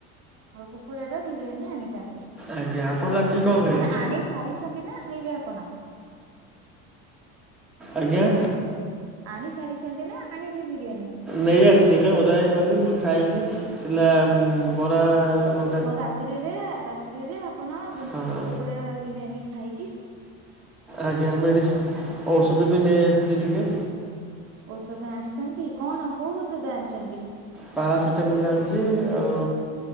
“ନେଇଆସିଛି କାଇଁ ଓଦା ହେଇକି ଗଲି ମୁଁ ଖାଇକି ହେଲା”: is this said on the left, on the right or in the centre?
Centre